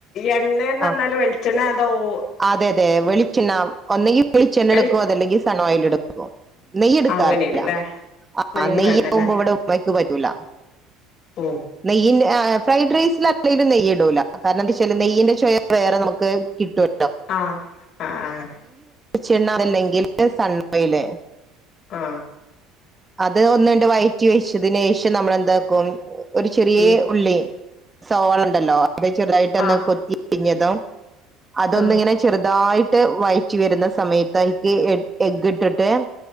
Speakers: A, on the left (about 50°); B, on the right (about 15°).
A: എണ്ണേന്നർഞ്ഞാല്
B: ആ
A: വെളിച്ചെണ്ണേ അതോ ഓ
B: അതെ അതെ വളിച്ചെണ്ണ ഒന്നെങ്കി വെളിച്ചെണ്ണ
A: വെളി
B: എടുക്കും അതല്ലെങ്കി സണ്ണോ കയ്യിലെടുക്കോ നെയ്യെടുക്കാറില്ല
A: അങ്ങനെയാണ്ല്ലേ നെയ്യ്
B: ആ നെയ്യാകുമ്പോ
A: വേണ്ടല്ലേ
B: ഇവിടെ ഉമ്മക്ക് പറ്റൂലാ
A: ഓ
B: നെയ്യിന്റെ ആ ഫ്രൈഡ്രൈസിലാ <unintelligible> നെയ്യ് ഇടൂല കാരണംന്താച്ചാല് നെയ്യിന്റെ ചൊയ വേറെ നമുക്ക് കേ കിട്ടും
A: ആ അ ആ
B: ചെണ്ണാറില്ലെങ്കിൽ സണ്ണോയില്
A: ആ
B: അത് ഒന്നുണ്ട് വയറ്റി വെച്ചതിലേയ് ക്ഷെ നമ്മളെന്താക്കും ഒരു ചെറിയേ
A: ഉം
B: ഉള്ളി സവാളുണ്ടല്ലോ അതെ ചെറുതായിട്ടൊന്ന്
A: ആഹ്
B: കൊത്തി അരിഞ്ഞതും അതൊന്ന്
A: ആഹ്
B: ഇങ്ങനെ ചെറുതായി ട്ട് വഴറ്റി വരുന്ന സമയത്തായിട്ട് എ എഗിട്ടിട്ട്